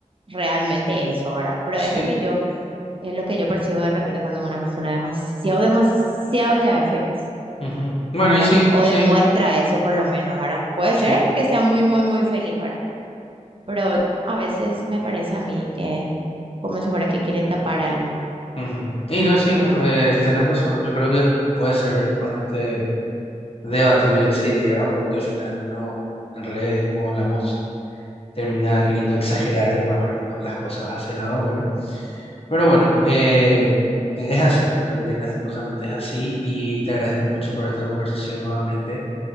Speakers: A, on the right; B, on the left.
A: realmente eso ahora. Pero
B: sí.
A: es lo que yo, es lo que yo percibo de repente cuando una persona demasiado, demasiado ya es feliz,
B: ujú. Bueno,
A: ¿verdad?
B: y sí,
A: O
B: sí.
A: demuestra eso por lo menos, ¿verdad? Puede
B: Sí.
A: ser que sea muy, muy, muy feliz, ¿verdad? Pero a veces me parece a mí que es como si fuera que quiere tapar algo,
B: Ujú. Y no, sí,
A: ¿verdad?
B: co- eh, tienes razón. Yo creo que puede ser bastante debatible esa idea, porque al final uno en redes, como hablamos, termina queriendo exagerar de más, ¿verdad? Todas las cosas hacia el lado bueno. Pero bueno, eh, es así, creo que lastimosamente es así. Y te agradezco mucho por esta conversación nuevamente